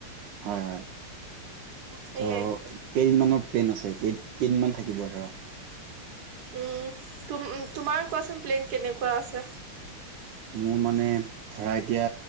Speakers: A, on the right (about 75°); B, on the right (about 55°).
A: হয়ঁ হয়ঁ
B: সেইয়াই
A: ত'- কেইদিনমানৰ প্লেন আছে, কেই-কেইদিনমান থাকিব ধৰা।
B: উমঁ, তোমাৰ কোৱাচোন প্লেন কেনেকুৱা আছে?
A: মোৰ মানে ধৰা এতিয়া